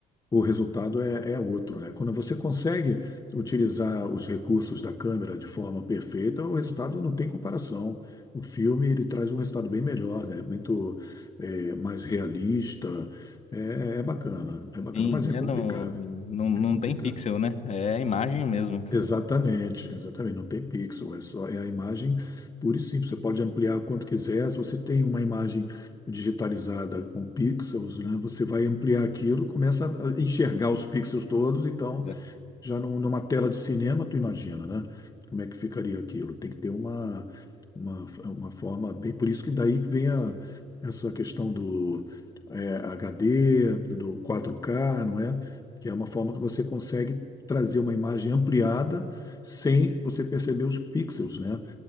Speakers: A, on the left; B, on the left.
A: o resultado é, é outro, né? Quando você consegue utilizar os recursos da câmera de forma perfeita, o resultado não tem comparação. O filme ele traz um resultado bem melhor, né? Muito é, mais realista. É, é bacana, é bacana,
B: Sim,
A: mas é complicado.
B: é no, não, não
A: É complicado.
B: tem pixel, né? É a imagem mesmo.
A: Exatamente, exatamente. Não tem pixel, é só é a imagem pura e simples. Você pode ampliar o quanto quiser. Se você tem uma imagem digitalizada com pixels, né, você vai ampliar aquilo, começa a enxergar os pixels todos, então
B: É,
A: já num- numa tela de cinema, tu imagina, né? Como é que ficaria aquilo? Tem que ter uma, uma, uma forma bem. Por isso que daí vem a, essa questão do é, HD, do 4K, não é? Que é uma forma que você consegue trazer uma imagem ampliada sem você perceber os pixels, né?